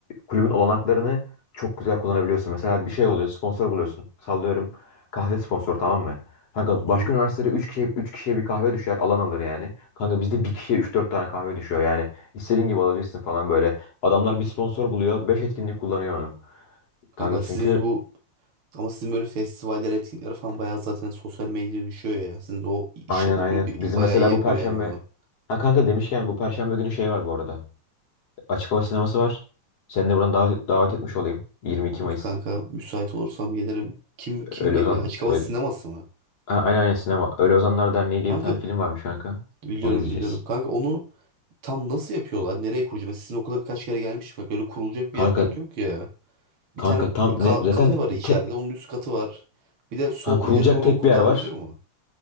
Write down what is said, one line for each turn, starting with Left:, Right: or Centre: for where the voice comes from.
Left: kulübün olanaklarını çok güzel kullanabiliyorsun. Mesela bir şey oluyor sponsor buluyorsun. Sallıyorum kahve sponsoru tamam mı? Kanka
Right: Hı hı.
Left: başka üniversitede üç kişiye, üç kişiye bir kahve düşer alan alır yani. Kanka bizde bir kişiye üç dört tane kahve düşüyor yani. İstediğin gibi alabilirsin falan böyle. Adamlar bir sponsor buluyor 5 etkinlik kullanıyor onu.
Right: Kanka
Left: Kanka
Right: sizin
Left: çünkü
Right: bu Ama sizin böyle festivaller, etkinlikler falan bayağı zaten sosyal medyaya düşüyor ya. Sizin de o işletme
Left: Aynen aynen.
Right: kulübü
Left: Bizim
Right: bayağı
Left: mesela
Right: iyi yapıyor
Left: bu perşembe
Right: yani onu.
Left: ha kanka demişken bu perşembe günü şey var bu arada. Açık hava sineması var. Seni de buradan davet, davet etmiş olayım. 22
Right: Olur
Left: Mayıs.
Right: kanka, müsait olursam gelirim. Kim kim
Left: Öyle
Right: geliyor?
Left: Ozan
Right: Açık hava
Left: Öyle...
Right: sineması mı?
Left: Ha, aynen aynen sinema. Öyle Ozanlar Derneği
Right: Kanka
Left: diye bir tane film varmış kanka.
Right: biliyorum
Left: Onu izleyeceğiz.
Right: biliyorum. Kanka onu tam nasıl yapıyorlar? Nereye kuracağım? Mesela sizin okula birkaç kere gelmişim. Bak öyle kurulacak
Left: Kanka
Right: bir yer pek yok ya. Bir
Left: kanka
Right: tane
Left: tam
Right: ka-
Left: ne zaten
Right: kafe var içeride.
Left: te...
Right: Onun üst katı var. Bir de sol
Left: ha, kurulacak
Right: ileri doğru
Left: tek
Right: okul
Left: bir yer
Right: daha
Left: var.
Right: uzuyor mu?